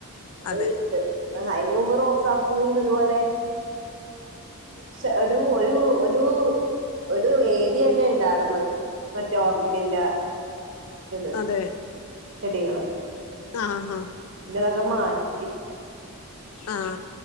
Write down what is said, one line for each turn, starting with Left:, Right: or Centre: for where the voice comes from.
Right: അത്
Left: അതെ
Right: വിറ്റ് അതിന് മുമ്പ് റോസാപ്പൂവും ഇതുപോലെ ച ഒരു ഒരു ഒരു ഒരു വേലി എന്നെ ഉണ്ടായിന്ന് മറ്റേ ഓർഗിഡിന്റെ ഇത്
Left: അതെ
Right: ചെടികള്
Left: ആഹ് ആഹ്
Right: പിന്നെ തക്കെ മാറ്റി
Left: ആഹ